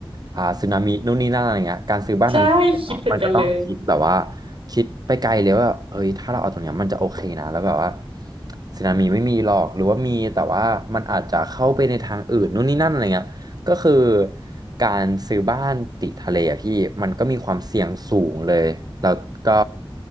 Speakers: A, on the right (about 45°); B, on the right (about 85°).
A: อ่าสึนามินู่นนี่นั่นอะไรเงี้ยการซื้อบ้านทางเเนาะมันก็ต้องคิดแบบว่า
B: ใช่คิดเหมือนกันเลย
A: คิดไปไกลเลยว่าเอ้ยถ้าเราเอาตรงเนี้ยมันจะโอเคนะแล้วแบบว่าสึนามิไม่มีหรอกหรือว่ามีแต่ว่ามันอาจจะเข้าไปในทางอื่นนู่นนี่นั่นอะไรเงี้ย ก็คือการซื้อบ้านติดทะเลอะพี่มันก็มีความเสี่ยงสูงเลยแล้วก็